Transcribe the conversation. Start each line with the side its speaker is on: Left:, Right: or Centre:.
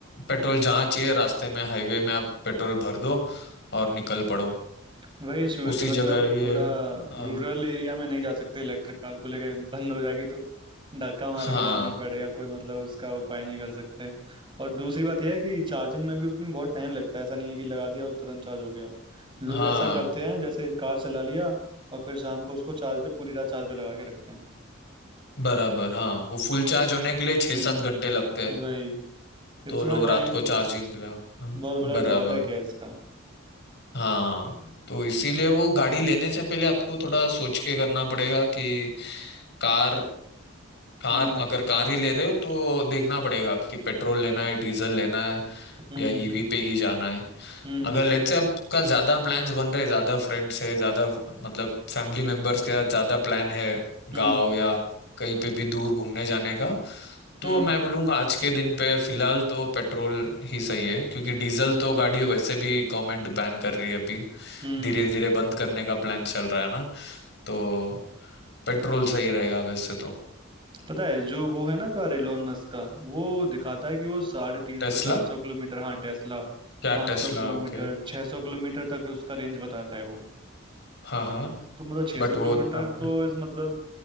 Left: पेट्रोल जहाँ चाहिए रास्ते में हाईवे में आप पेट्रोल भर दो और निकल पड़ो
Right: वही इशू
Left: उसी
Right: है कि मतलब
Left: जगह ये
Right: थोड़ा
Left: हाँ
Right: रूरल एरिया में नहीं जा सकते इलेक्ट्रिक कार को लेके बंद हो जाएगी तो धक्का मार
Left: हाँ
Right: के लाना पड़ेगा कोई मतलब उसका उपाय नहीं कर सकते और दूसरी बात यह है कि चार्जिंग में भी उसमें बहुत टाइम लगता है ऐसा नहीं है कि लगा दिया और तुरंत चार्ज हो गया लोग
Left: हाँ
Right: ऐसा करते हैं जैसे कार चला लिया और फिर शाम को उसको चार्ज पे पूरी रात चार्ज पे लगा के रखते हैं
Left: बराबर हाँ वो फुल चार्ज होने के लिए छः
Right: हम्म
Left: सात घंटे लगते हैं
Right: वही इतना
Left: तो लोग रात
Right: टाइम
Left: को चार्जिंग के लिए हाँ,
Right: बहुत
Left: बराबर
Right: बड़ा ड्रॉबैक है इसका
Left: हाँ तो इसीलिए वो गाड़ी लेने से पहले आपको थोड़ा सोच के करना पड़ेगा कि कार कार
Right: हम्म
Left: अगर कार ही ले रहे हो तो देखना पड़ेगा कि पेट्रोल लेना है डीजल लेना है
Right: हम्म
Left: या ईवी पे ही जाना है
Right: हम्म
Left: अगर लेट्स से आपका ज्यादा प्लान्स बन रहे ज्यादा फ्रेंड्स है ज्यादा मतलब फैमिली मेंबर्स के साथ ज्यादा प्लान है
Right: हम्म
Left: गाँव या कहीं पे भी दूर घूमने जाने का तो
Right: हम्म
Left: मैं बोलूंगा आज के दिन पे फिलहाल तो पेट्रोल ही सही है क्योंकि डीजल तो गाड़ी वैसे भी गवर्नमेंट बैन कर रही है अभी
Right: हम्म
Left: धीरे धीरे बंद करने का प्लान चल रहा है ना तो पेट्रोल सही रहेगा वैसे तो
Right: पता है जो वो है ना कार एलोन मस्क का वो दिखाता है कि वो साढ़े तीन
Left: टेस्ला
Right: सौ चार सौ किलोमीटर हाँ टेस्ला
Left: क्या
Right: पाँच
Left: टेस्ला
Right: सौ किलोमीटर
Left: ओके
Right: छह सौ किलोमीटर तक उसका रेंज बताता है वो
Left: हाँ हाँ
Right: तो मतलब छह
Left: बट
Right: सौ
Left: वो
Right: किलोमीटर
Left: आपने
Right: तो इस मतलब